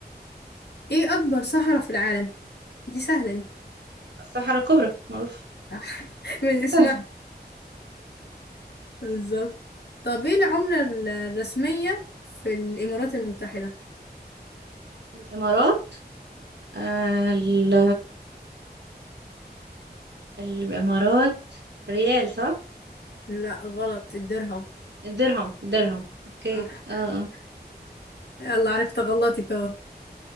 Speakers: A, on the left; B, on the right.
A: إيه أكبر صحراء في العالم دي سهلة دي
B: الصحراء الكبرى معروف
A: صح، <laughs> من
B: دي
A: اسمها
B: سهلة
A: بالظبط طب إيه العملة ال- الرسمية في الإمارات المتحدة
B: الامارات آه ال- الامارات ريال صح
A: لا غلط الدرهم
B: الدرهم الدرهم اوكي
A: صح
B: اه آه.
A: يلا عرفت غلطك اهو